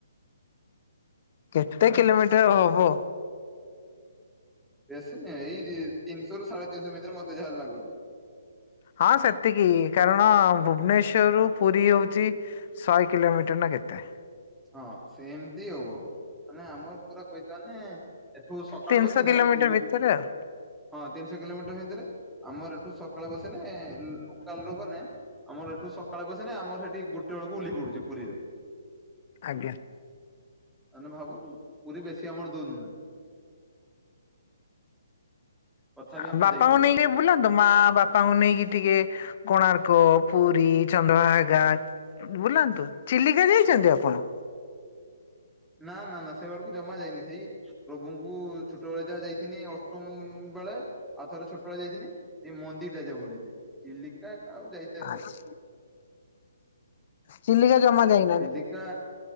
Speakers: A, on the left; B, in the centre.
A: କେତେ କିଲୋମିଟର ହବ?
B: ବେଶୀ ନାଇଁ ଏଇ ତିନିଶହରୁ ସାଢେ଼ ତିନିଶହ ଭିତରେ ମତେ ଯାହା ଲାଗୁଚି।
A: ହଁ ସେତିକି। କାରଣ ଭୁବନେଶ୍ଵରରୁୁ ପୁରୀ ହଉଚି ଶହେ କିିଲୋମିଟର ନା କେତେ।
B: ହଁ ସେମତି ହବ। ମାନେ ଆମର ପୁରା କହିଥା ମାନେ ଏଠୁ ସକାଳେ
A: ତିନିଶହ
B: ବସିିନେ
A: କିଲୋମିଟର
B: ଗୁ
A: ଭିତରେ ଆଉ
B: ହଁ ତିନିଶହ କିଲୋମିଟର ଭିତରେ। ଆମର ଏଠୁ ସକାଳେ ବସିନେ ଲୋକାଲ୍ ରୁ ଗଲେ ଆମର ଏଠୁ ସକାଳେ ବସିନେ ଆମର ହେଠି ଗୁଟେ ବେଳକୁ ଓହ୍ଲାଇ ପଡୁଚେ ପୁରୀରେ।
A: ଆଜ୍ଞା।
B: ଅଇନା ଭାବୁନି ପୁରୀ ବେଶୀ ଆମର ଦୁର ନୁଁହେ। ତଥାପି
A: ଆ
B: ଆମର
A: ବାପାଙ୍କୁ
B: ଯାଇପାରୁନୁ
A: ନେଇକି ବୁଲାନ୍ତୁ, ମା ବାପାଙ୍କୁ ନେଇକି ଟିକେ କୋଣାର୍କ ପୁରୀ, ଚନ୍ଦ୍ରଭାଗା ବୁଲାନ୍ତୁ, ଚିଲିକା ଯାଇଛନ୍ତି ଆପଣ?
B: ନା ନା ନା ସେ ଆଡକୁ ଜମା ଯାଇନି, ସେଇ ପ୍ରଭୁଙ୍କୁ ଛୋଟବେଳେ ଯାହା ଯାଇଥିନି ଅଷ୍ଟମ ବେଳେ ଆଉ ଥରେ ଛୋଟବେଳେ ଯାଇଥିନି ସେଇ ମନ୍ଦିରଟା ଯା ବୁଲିଛି ଚିଲିକା ଆଉ ଯାଇ
A: ଆଛା ଚିଲିକା ଜମା ଯାଇନି।
B: ଚିଲିକା